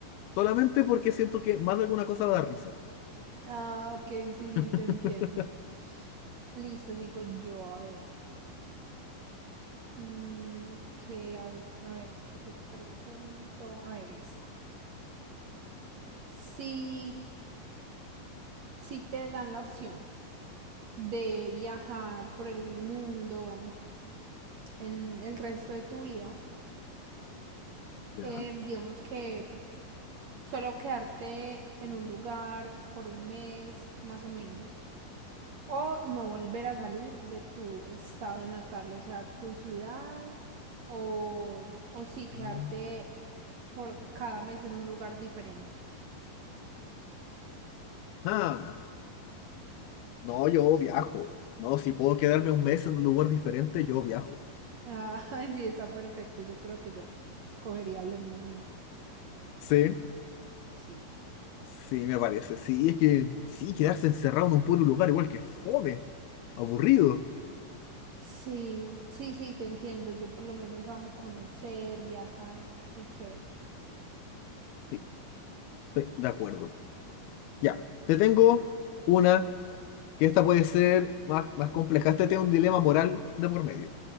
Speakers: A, on the left; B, on the right.
A: Solamente porque siento que más de alguna cosa va a dar risa.
B: Ah, ok, sí, sí,
A: <laughs>
B: te entiendo. Listo, sigo yo, a ver. Mm, que a, a ver, ¿qué te pregunto? A ver, esta. Si, si te dan la opción de viajar por el mundo en el resto de tu vida,
A: Ya.
B: eh, digamos que solo quedarte en un lugar por un mes más o menos o no volver a salir de tu estado natal, o sea, tu ciudad o, o sí quedarte
A: Mm.
B: por cada mes en un lugar diferente. <laughs>
A: Ah, no, yo viajo. No, si puedo quedarme un mes en un lugar diferente, yo viajo.
B: Ah, sí, está perfecto, yo creo que yo escogería lo mismo,
A: Sí.
B: sí.
A: Sí, me parece. Sí, es que sí, quedarse encerrado en un puro lugar igual que fome, aburrido.
B: Sí, sí, sí, te entiendo. Yo por lo menos amo conocer, viajar, es muy chévere.
A: Sí, estoy de acuerdo. Ya, te tengo una que esta puede ser más, más compleja. Este tiene un dilema moral de por medio.